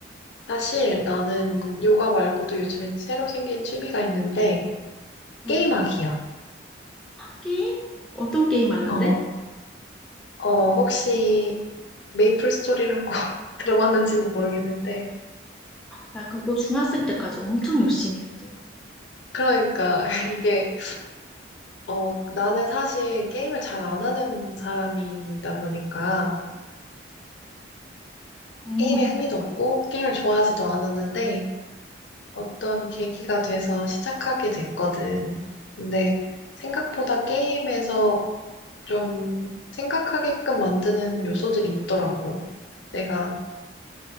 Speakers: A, on the left; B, in the centre.
A: 사실 나는 요가 말고도 요즘엔 새로 생긴 취미가 있는데
B: 응.
A: 게임하기야.
B: 게임? 어떤 게임 하는데?
A: 어, 어, 혹시 메이플 스토리라고 <laughs> 들어봤는지는 모르겠는데
B: 나 그거 중학생 때까지 엄청 열심히 했어.
A: 그러니까 <laughs> 이게 어 나는 사실 게임을 잘 안 하는 사람이다 보니까
B: 응,
A: 게임에 흥미도 없고 게임을 좋아하지도 않았는데 어떤 계기가 돼서 시작하게 됐거든. 근데 생각보다 게임에서 좀 생각하게끔 만드는 요소들이 있더라고. 내가